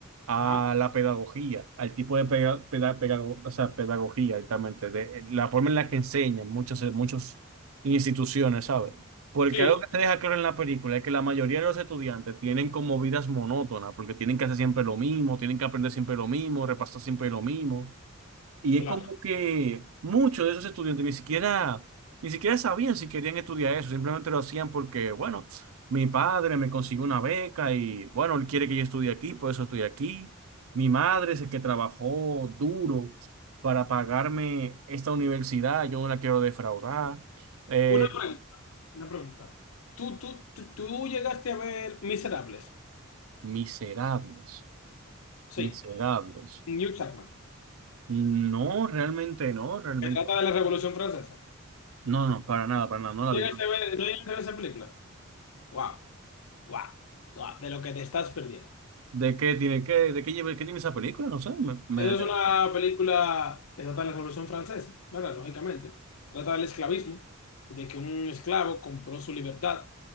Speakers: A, on the right; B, on the left.
A: A
B: Ajá,
A: la pedagogía, al tipo de peda- peda- pedago- o sea, pedagogía, exactamente, de la forma en la que enseñan muchas, muchas instituciones, ¿sabes? Porque
B: sí,
A: algo
B: sí,
A: que te deja claro en la película es que la mayoría de los estudiantes tienen como vidas monótonas, porque tienen que hacer siempre lo mismo, tienen que aprender siempre lo mismo, repasar siempre lo mismo. Y
B: claro.
A: es como que muchos de esos estudiantes ni siquiera, ni siquiera sabían si querían estudiar eso, simplemente lo hacían porque, bueno, mi padre me consiguió una beca y, bueno, él quiere que yo estudie aquí, por eso estoy aquí. Mi madre es el que trabajó duro para pagarme esta universidad, yo no la quiero defraudar. Eh,
B: Una pregunta. Una pregunta. ¿Tú, tú, tú, tú llegaste a ver Miserables?
A: miserables,
B: Sí.
A: miserables.
B: Hugh Jackman.
A: No, realmente no, realmente
B: Se trata
A: no.
B: de la Revolución Francesa.
A: No, no, para nada, para nada, no la
B: ¿Llegaste
A: vi.
B: a ver, no llegaste a ver esa película? ¡Guau! ¡Guau! ¡Guau! De lo que te estás perdiendo.
A: ¿De qué tiene, qué, de qué, lleva- qué tiene esa película? No sé. Me, me-
B: Esa es una película que trata de la Revolución Francesa, ¿verdad? Lógicamente. Trata del esclavismo, de que un esclavo compró su libertad